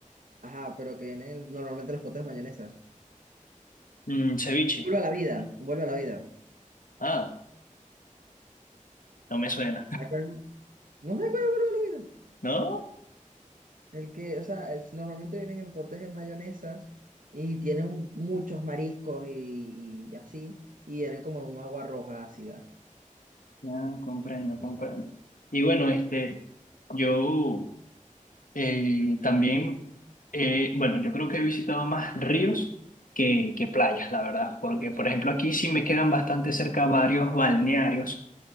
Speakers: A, on the right; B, on the left.
A: ajá, pero que viene en- normalmente en los potes de mayonesa.
B: Mm, ceviche.
A: Vuelve a la vida, vuelve a la vida.
B: Ah, no me suena.
A: ¿Te acuerdas? ¿No te acuerdas de vuelve a la vida?
B: <laughs> ¿No?
A: El que, o sea, es- normalmente vienen en potes de mayonesa y tienen un- muchos mariscos y, y así, y vienen como en un agua roja ácida.
B: Ya, comprendo, comprendo. Y bueno, este, yo eh, también, eh, bueno, yo creo que he visitado más ríos que, que playas, la verdad, porque por ejemplo aquí sí me quedan bastante cerca varios balnearios